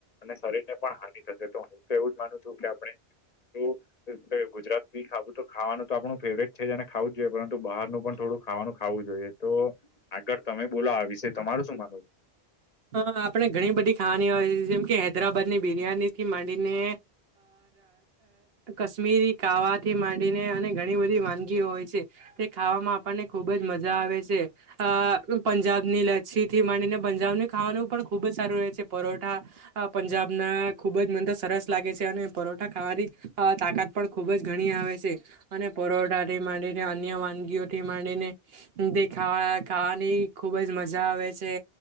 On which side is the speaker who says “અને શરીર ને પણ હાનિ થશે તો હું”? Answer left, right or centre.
Left